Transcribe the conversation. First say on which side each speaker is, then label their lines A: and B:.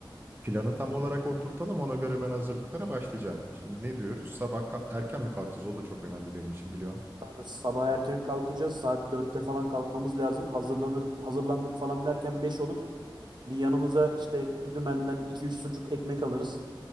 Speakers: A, on the right (about 25°); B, on the right (about 60°).
A: planı tam olarak oturtalım. Ona göre ben hazırlıklara başlayacağım. Şimdi ne diyoruz? Sabah ka- erken mi kalkacağız? O da çok önemli benim için biliyorsun.
B: kanka sabah erken kalkacağız. Saat dörtte falan kalkmamız lazım. Hazırlanır, hazırlandık falan derken 5 olur. Bir yanımıza işte dümenden iki üç sucuk ekmek alırız.